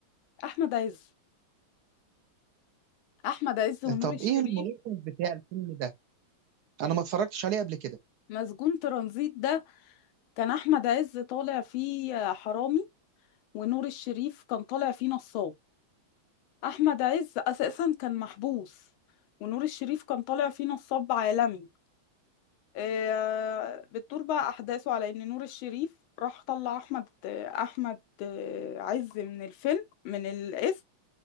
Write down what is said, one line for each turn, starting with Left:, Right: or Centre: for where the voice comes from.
Left: احمد عز احمد عز ونور
Right: طب
Left: الشريف
Right: ايه الملخص بتاع الفيلم ده انا ما اتفرجتش عليه قبل كده
Left: مسجون ترانزيت ده كان احمد عز طالع فيه حرامي ونور الشريف كان طالع فيه نصاب احمد عز اساسا كان محبوس ونور الشريف كان طالع فيه نصاب عالمي آه، بتدور بقى احداثه على ان نور الشريف راح طلع احمد احمد آه، عز من الفيلم من الاسم